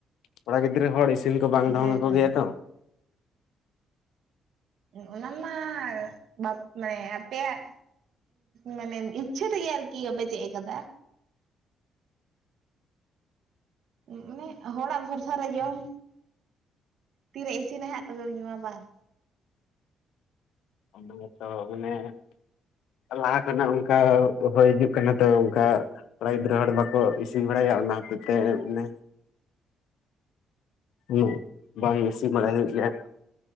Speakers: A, on the left (about 80°); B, on the right (about 70°).
A: ᱠᱚᱲᱟ ᱜᱤᱫᱽᱨᱟᱹ ᱦᱚᱲ ᱤᱥᱤᱱ ᱠᱚ ᱵᱟᱝ
B: ᱦᱮᱸᱛᱚ
A: ᱰᱷᱚᱝ ᱟᱠᱚ ᱜᱮᱭᱟ ᱛᱚ
B: ᱚᱱᱟ ᱢᱟ ᱵᱟᱯ ᱢᱟᱱᱮ ᱟᱯᱮᱭᱟᱜ <inaudible> ᱢᱟᱱᱮ ᱤᱪᱪᱷᱟᱹ ᱛᱮᱜᱮ ᱟᱨᱠᱤ ᱵᱟᱯᱮ ᱪᱮᱜ ᱠᱟᱫᱟ ᱢᱟᱱᱮ ᱦᱚᱲᱟᱜ ᱵᱷᱚᱨᱥᱟ ᱨᱮ ᱡᱚᱢ ᱛᱤᱨᱮ ᱤᱥᱤᱱ ᱟᱭ ᱦᱟᱸᱜ ᱛᱚᱵᱮᱢ ᱡᱚᱢᱟ ᱵᱟᱝ
A: ᱚᱰᱮ ᱢᱚᱛᱚᱵᱮ <inaudible> ᱞᱟᱦᱟ ᱠᱷᱚᱱᱟᱜ ᱚᱱᱠᱟ ᱦᱳᱭ ᱦᱤᱡᱩᱜ ᱠᱟᱱᱟ ᱛᱚ ᱚᱱᱠᱟ ᱠᱚᱲᱟ ᱜᱤᱫᱽᱨᱟᱹ ᱦᱚᱲ ᱵᱟᱠᱚ ᱤᱥᱤᱱ ᱵᱟᱲᱟᱭᱟ ᱚᱱᱟ ᱦᱚᱛᱮᱜ ᱛᱮ ᱢᱱᱮ ᱩᱱᱜ ᱵᱟᱝ ᱵᱮᱥᱤ ᱵᱟᱲᱟᱭ ᱦᱩᱭᱩᱜ ᱜᱮ